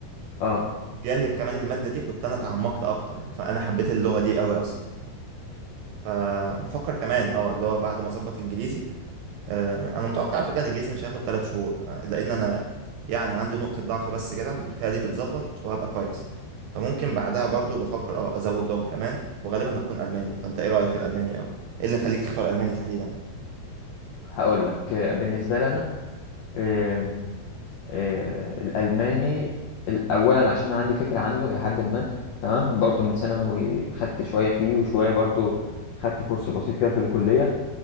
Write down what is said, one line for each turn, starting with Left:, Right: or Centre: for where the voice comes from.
Left: اه
Right: جانب كمان المادة دي كنت انا اتعمقت اكتر فانا حبيت اللغة دي قوي اصلا فبفكر كمان اه اللي هو بعد ما اظبط انجليزي آه، انا متوقع على فكره الانجليزي مش هياخد 3 شهور آه، لان انا يعني عندي نقطه ضعف بس كده متهيألي تتظبط وهبقى كويس فممكن بعدها برضو بفكر اه ازود لغه كمان وغالبا هتكون الماني فانت ايه رايك في الالماني او ايه اللي مخليك تختار الماني تحديدا
Left: هقول لك آه، بالنسبه لنا آم، آه، الالماني ال- اولا عشان عندي فكره عنه الى حد ما تمام برضو
Right: م-
Left: من ثانوي خدت شويه فيه وشويه برضو خدت كورس بسيط كده في الكليه